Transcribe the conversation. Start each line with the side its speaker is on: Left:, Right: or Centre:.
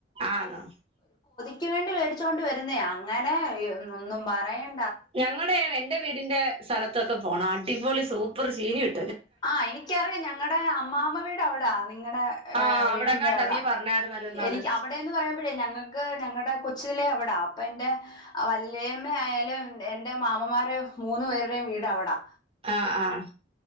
Right: ആണോ
Left: എനിക്ക് വേണ്ടി മേടിച്ചുകൊണ്ട് വരുന്നേ അങ്ങനെ ഒന്നും പറയാൻ
Right: ഞങ്ങളുടെ എന്റെ വീടിന്റെ സ്ഥലത്തൊക്കെ പോണം അടിപൊളി സൂപ്പർ ചീനി കി
Left: ആ എനിക്കറിയാം ഞങ്ങളടെ അമ്മാമ്മ വീട് അവിടാ നിങ്ങളടെ
Right: ആഹ്
Left: വീടിന്റെ
Right: അവിടെങ്ങാണ്ടാ
Left: അവിടാ
Right: നീ പറഞ്ഞായിരുന്നല്ലോ ഇന്നാള്
Left: എനിക്ക് അവിടെന്ന് പറയുമ്പഴേ ഞങ്ങൾക്ക് ഞങ്ങളുടെ അവിട അപ്പൊ എന്റെ വല്ല്യേമ്മആയാലും എന്റെ മാമൻമ്മാര് മൂന്നു പേരുടെ വീട് അവടാ
Right: ആ ആ